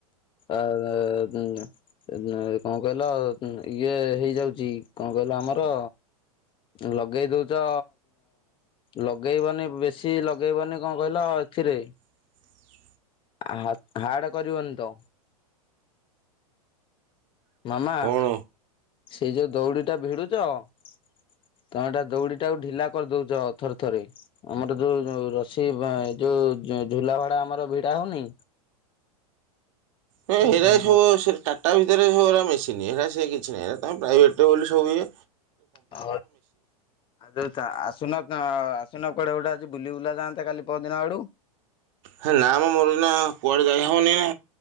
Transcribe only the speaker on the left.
ଆ କଣ କହିଲ ଇଏ ହେଇଯାଉଛି କଣ କହିଲ ଆମର ଲଗେଇ ଦଉଛ ଲଗେଇବନି ବେଶୀ ଲଗେଇବନି କଣ କହିଲ ଆଖିରେ
ହା ହାଡ କରିବନି ତ? ମାମା
ସେଇ ଯୋଉ ଦଉଡ଼ି ଟା ଭିଡୁଛ ତମେ ଏଇଟା ଦଉଡି ଟାକୁ ଢିଲା କରିଦଉଛ ଥରେ ଥରେ ଆମର ଯୋଉଉ ରଶି ଯୋଉ ରସି ଯୋଉ ଝୁଲା ଭଡା ଆମର ଭିଡା ହଉନି
ଆଉ
<unintelligible> ଆସୁନା କାଁ ସୁନା କୁଡେ ଗୋଟେ ଆଜି ବୁଲି ବୁଲା ଯାଆନ୍ତେ କାଲି ପରଦିନ ଆଡୁକୁ।